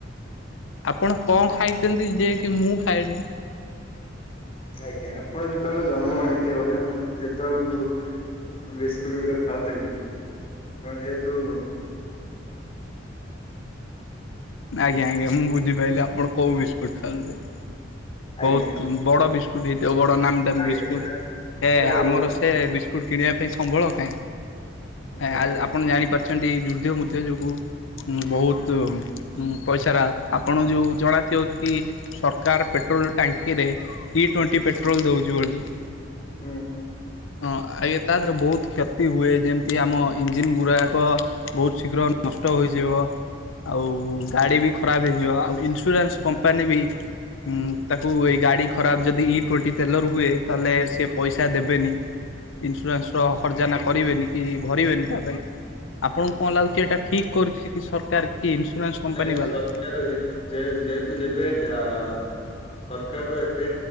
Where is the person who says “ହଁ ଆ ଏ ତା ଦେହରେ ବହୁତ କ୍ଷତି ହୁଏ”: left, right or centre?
Left